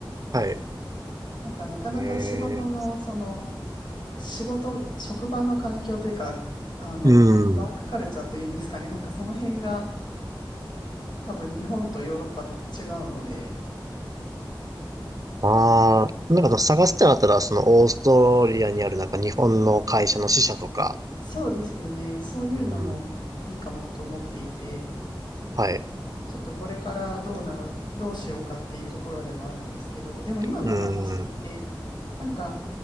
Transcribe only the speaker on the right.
はい。
え
ーうん。
ああ、なんかあの探すってなったら、そのオーストリアにあるなんか日本の会社の支社とか、
うん。はい。
うん。